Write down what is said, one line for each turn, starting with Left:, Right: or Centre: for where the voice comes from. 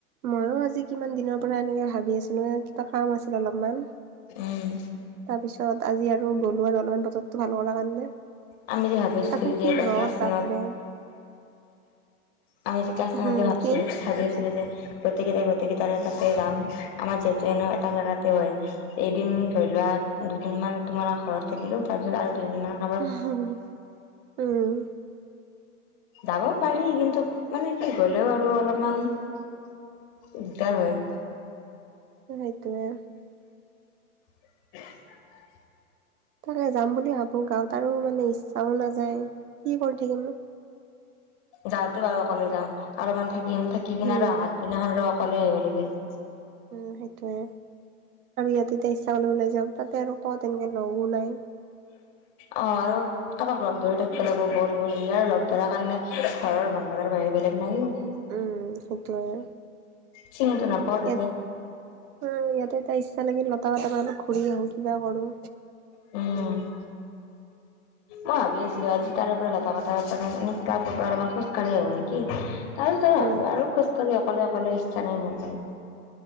Right: মইয়ো আজি কিমান দিনৰ পৰা এনেকে ভাবি আছিলোঁ কিবা কাম আছিল অলপমান।
Left: উম।
Right: তাৰপিছত আজি আৰু গ'লো আৰু অলপমান বতৰটো ভাল কৰাৰ কাৰণে। তাক
Left: আমি যে ভাবিছিলো যে
Right: কি
Left: এইবাৰ
Right: ৰ'দ
Left: ক্লাছ টেনত
Right: বাপৰে।
Left: আমি দুটা
Right: হম
Left: <unintelligible> ভাবছিলোঁ।
Right: কি
Left: ভাবি আছিলোঁ যে গোটেইকেইটাই, গোটেইকেইটাৰে তাতে যাম আমাৰ যিহেতুে ন এটা জেগাতে হয়। এদিন ধৰি লোৱা দুদিনমান তোমাৰ ঘৰত থাকিলোঁ তাৰপিছত আৰু দুদিনমান
Right: <unintelligible> উম।
Left: যাব পাৰি কিন্তু মানে কি গ'লেও আৰু অলপমান দিগদাৰ হয়।
Right: উম, সেইটোৱে।
Left: <inaudible>
Right: <unintelligible> যাম বুলি ভাবোঁ গাঁৱত আৰু মানে ইচ্ছাও নাযায় কি কৰি থাকিমনো।
Left: যাওঁতে বাৰু অকলে যাম, অলপমান থাকিম থাকি
Right: হম
Left: কিনে আৰু আহাত দিনাখন আৰু অকলে আহিব লাগিল।
Right: উম, সেইটোৱে আৰু ইয়াতে এতিয়া ইচ্ছা কৰিলে ওলাই যাওঁ তাতে আৰু ক'ত এনেকে লগও নাই।
Left: অ', আৰু কাৰোবাক লগ ধৰি থাকিব লাগিব ব'ল, ব'ল বুলি আৰু লগ ধৰাৰ কাৰণে ঘৰৰ মানুহকেইটাৰ বাহিৰে বেলেগ নাইয়ো।
Right: উম, সেইটোৱে।
Left: চিনিতো নাপাও তাতে
Right: ইয়াত উম, ইয়াতে এতিয়া ইচ্ছা লাগিল লতা, <unintelligible> পৰা অলপ ঘূৰি আহোঁ কিবা কৰোঁ।
Left: অ'। মই ভাবি আছিলোঁ আজি তাৰে পৰা লতা কতাৰ পৰা মানে খোজকাঢ়ি আহিব নেকি? আৰু তাৰ
Right: উম,
Left: <unintelligible> আৰু খোজকাঢ়ি অকলে, অকলে ইচ্ছা নাই মোৰ মানে।